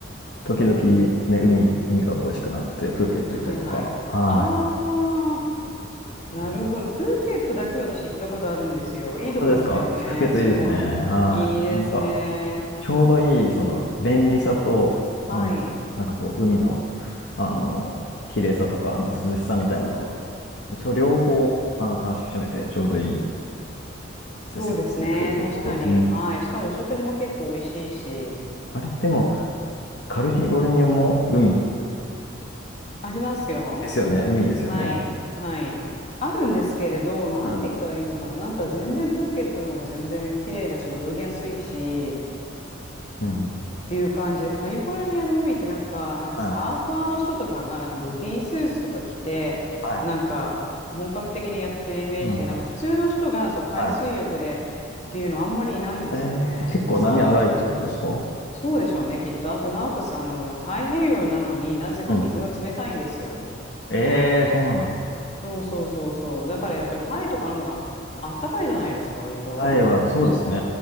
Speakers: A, on the left (about 60°); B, on the left (about 35°).
A: 時々ね、海、海が恋しくなって、プーケット行ったりとか。
B: はいはい。
A: は
B: あー、なるほど。
A: い。うん
B: プーケットだけは私行ったことあるんですよ。いいとこでしたよね。
A: 本当ですかプーケットいいですね。
B: すごい。
A: はい。
B: いいですね。
A: なんか、ちょうどいい、その、便利さと、あの、
B: はい。
A: なんかこう、海の、あの、綺麗さとか、あの、涼しさみたいなのが、一応両方、あの、楽しめて、ちょうどいい
B: そうですね。
A: ですよね、プーケット。
B: 確かに。
A: うん。
B: はい。しかもお食事も結構美味しいし。
A: あれでも、カリフォルニアも海
B: ありますよ。
A: ですよね。海ですよね。
B: はい。はい。あるんですけれど、なんて言ったらいいのかな。
A: うん。
B: なんか全然プーケットの方が全然綺麗だし、泳ぎやすいし、
A: うん。
B: っていう感じで、カリフォルニアの海ってなんか、なんかサーファーの人とかがなんかボディースーツとか着て、
A: はい。はい。
B: なんか本格的にやってるイメージで、
A: なんだ。
B: なんか普通の人がそう海水浴でっていうのあんまりいないんですよね。
A: はい。えー、結構波荒いってことですか
B: さ、そうでしょうね、きっと。あと、なおかつ、あの、太平洋なのになぜか水が冷たいんですよ。
A: うん。えーそうなんだ。
B: そうそうそうそう。だからやっぱりタイとかの方があったかいじゃないですか、割と。
A: 荒いは、そうですね。